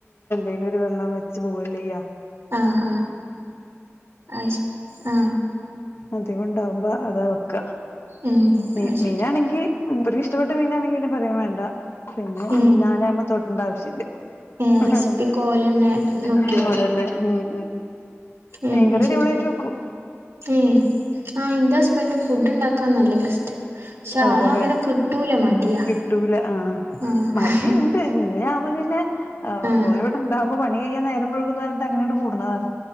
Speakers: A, on the left; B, on the right.
A: ഇയിലൊരു വെള്ളം വെച്ച് പോവയില്ല്യ ചെയ്യാ
B: ആഹ് ആഹ ശെരി ആഹ
A: അതികം കൊണ്ടാവുമ്പോ അതാ വെക്ക
B: ഉം
A: മ
B: അത് ശരി
A: മീനാണെങ്കി മൂപ്പർ ക്ക് ഇഷ്ടപ്പെട്ട മീനാണെങ്കി പിന്നെ പറയാൻ വേണ്ട പിന്നെ
B: ഉം
A: ഞാന ആയിമ്പേ തൊട്ടേണ്ട ആവശ്യമില്ല <inaudible>
B: ഏഹ് റെസിപ്പിയൊക്കെ ഓലന്നെ
A: <inaudible>
B: നോക്കിയോളും
A: ആണല്ലെ ഉ ഉ
B: ഉം
A: മീൻകറി അടിപൊളി
B: ശരി
A: യായിട്ടു വെക്കും
B: ഏഹ് ആഹ് ഇന്റെ ഹസ്ബൻഡ് ഫുഡ്ണ്ടാക്കാൻ നല്ല ബെസ്റ്റാ പക്ഷെ
A: അതല്ലേ
B: ആള അങ്ങനെ കിട്ടൂല മടിയാ
A: കിട്ടൂല ആഹ
B: ആഹ്
A: മടി ഉണ്ട് മീനാവുമ്പോ പിന്നെ
B: ആഹ്
A: ഓരവിട ഇണ്ടാവകുമ്പോ നീയായ നേരം വഴുകും ന്നു പറഞ്ഞിട്ട് കൂടുന്നതാണ്